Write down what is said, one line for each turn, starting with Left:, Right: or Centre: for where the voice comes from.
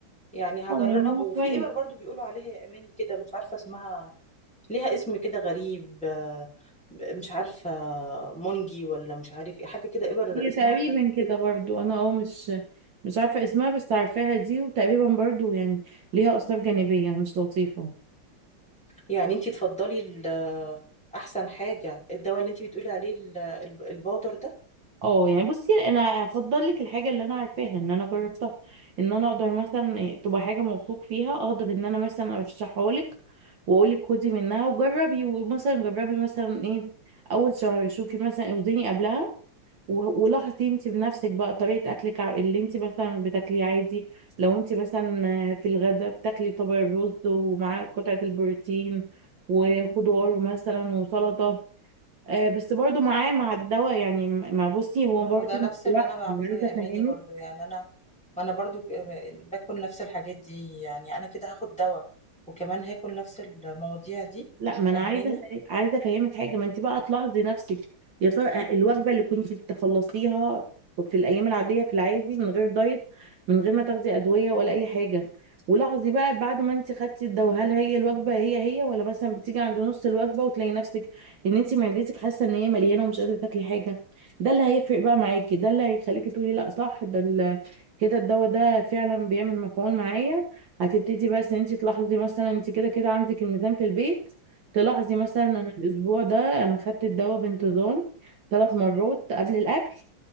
Centre: يعني هجربه
Right: اه يعني هو
Centre: وفي
Right: كويس
Centre: ابر برضو بيقولوا عليها يا اماني كده مش عارفه اسمها ليها اسم كده غريب آه، مش عارفه مونجي ولا مش عارف ايه حاجه كده ابر
Right: هي
Centre: اسمها
Right: تقريبا
Centre: غريب
Right: كده
Centre: كده
Right: برضو انا اه مش مش عارفه اسمها بس عارفاها دي وتقريبا برضو يعني ليها اثار جانبيه مش لطيفه
Centre: يعني انتي تفضلي ال- احسن حاجه الدواء اللي انتي بتقولي عليه ال- الب- البودر ده
Right: اه يعني بصي انا افضل لك الحاجه اللي انا عارفاها ان انا جربتها ان انا اقدر مثلا إيه، تبقى حاجه موثوق فيها اقدر ان انا مثلا ارشحها لك واقول لك خدي منها وجربي ومثلا جربي مثلا ايه اول شهر شوفي مثلا اوزني قبلها و- ولاحظي انت بنفسك بقى طريقه اكلك ع- اللي انت مثلا بتاكليه عادي لو انت مثلا آه، في الغداء بتاكلي طبق الرز ومعاه قطعه البروتين وخضار مثلا وسلطه آه بس برضو معاه مع الدواء يعني ما بصي هو
Centre: ما
Right: برضو
Centre: هو ده
Right: مش
Centre: نفس اللي
Right: لوحده
Centre: انا بعمله
Right: أنا عايزه
Centre: يا
Right: افهمك
Centre: اماني برضو يعني انا ما انا برضو ك- باكل نفس الحاجات دي يعني انا كده هاخد دواء وكمان هاكل نفس المواضيع دي
Right: لا ما انا
Centre: فاهماني
Right: عايزه أفا- عايزه افهمك حاجه ما انت بقى تلاحظي نفسك يا ترى آه، الوجبه اللي كنت بتخلصيها في الايام العاديه في العادي من غير دايت من غير ما تاخدي ادويه ولا اي حاجه ولاحظي بقى بعد ما انت خدتي الدواء هل هي الوجبه هي هي ولا مثلا بتيجي عند نص الوجبه وتلاقي نفسك ان انت معدتك حاسه ان هي مليانه ومش قادره تاكلي حاجه ده اللي هيفرق بقى معاكي ده اللي هيخليكي تقولي لا صح ده ال- كده الدواء ده فعلا بيعمل مفعول معايا هتبتدي بس ان انت تلاحظي مثلا انت كده كده عندك الميزان في البيت تلاحظي مثلا انا الاسبوع ده انا خدت الدواء بانتظام ثلاث مرات قبل الاكل